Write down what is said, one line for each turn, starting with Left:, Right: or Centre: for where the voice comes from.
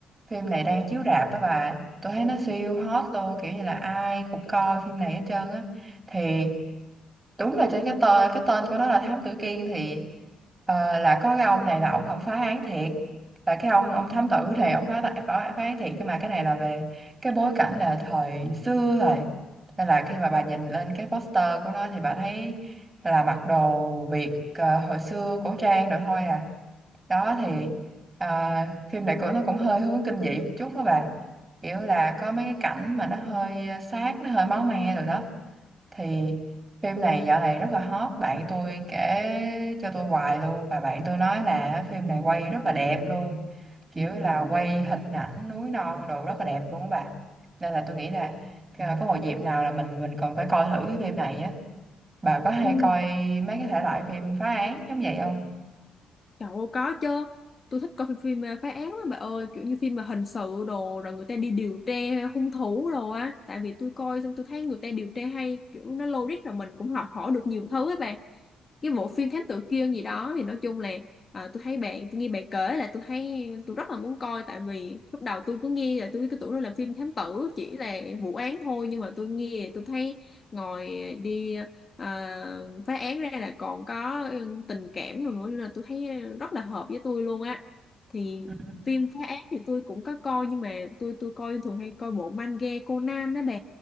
Right: phim này đang chiếu rạp đó bà tôi thấy nó siêu hot luôn kiểu như là ai cũng coi phim này hết trơn á thì đúng là trên cái tên cái tên của nó là Thám Tử Kiên thì ờ, là có cái ông này là ông ông phá án thiệt là cái ông ông thám tử thì ông phá tại phá, phá án thiệt nhưng mà cái này là về cái bối cảnh là thời xưa rồi nên là khi mà bà nhìn lên cái poster của nó thì bà thấy là mặc đồ Việt ờ, hồi xưa cổ trang rồi thôi à đó thì ờ, phim này của nó cũng hơi hướng kinh dị một chút đó bà kiểu là có mấy cái cảnh mà nó hơi sát nó hơi máu me rồi đó thì phim này dạo này rất là hot bạn tôi kể cho tôi hoài luôn và bạn tôi nói là phim này quay rất là đẹp luôn kiểu là quay hình ảnh núi non đồ rất là đẹp luôn á bà nên là tôi nghĩ là à, có một dịp nào là mình mình còn phải coi thử cái phim này á bà có hay
Left: Ừ.
Right: coi mấy cái thể loại phim phá án giống vậy không
Left: Trời ơi có chứ. Tôi thích coi phim, phim ờ, phá án lắm bà ơi, kiểu như phim mà hình sự đồ rồi người ta đi điều tra hung thủ rồi á, tại vì tôi coi xong tôi thấy người ta điều tra hay, kiểu nó logic rồi mình cũng học hỏi được nhiều thứ ấy bà. cái bộ phim Thám Tử Kiên gì đó thì nói chung là à, tôi thấy bạn tôi nghe bạn kể là tôi thấy tôi rất là muốn coi tại vì lúc đầu tôi cứ nghe là tôi cứ tưởng nó là phim thám tử chỉ là vụ án thôi nhưng mà tôi nghe tôi thấy ngồi đi à, phá án ra là còn có ừ, tình cảm rồi nữa nên là tôi thấy rất là hợp với tôi luôn á thì
Right: Ừ.
Left: phim phá án thì tôi cũng có coi nhưng mà tôi tôi coi thường hay coi bộ manga Conan đó bà